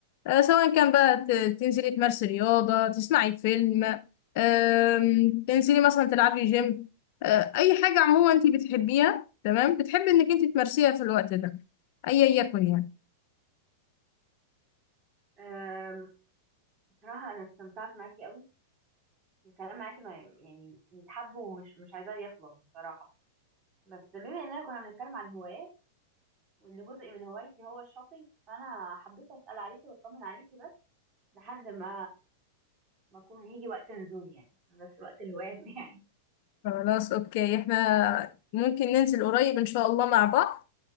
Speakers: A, on the left; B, on the right.
A: آه، سواء كان بقى ت- تنزلي تمارسي رياضة تسمعي فيلم آم، تنزلي مثلا تلعبي جيم آه، أي حاجة عموما
B: مم.
A: أنت بتحبيها تمام بتحبي إنك أنت تمارسيها في الوقت ده أيا يكن يعني
B: آم، بصراحه انا استمتعت معاكي قوي الكلام معاكي ما يعني يتحب ومش مش عايزاه يخلص بصراحة بس بما اننا كنا بنتكلم عن هوايات وان جزء من هوايتي هو الشوبينج فانا حبيت اسأل عليكي واطمن عليكي بس لحد ما ما اكون يجي وقت نزول يعني بس وقت الهوايات <laughs> يعني
A: خلاص أوكي إحنا ممكن ننزل قريب إن شاء الله مع بعض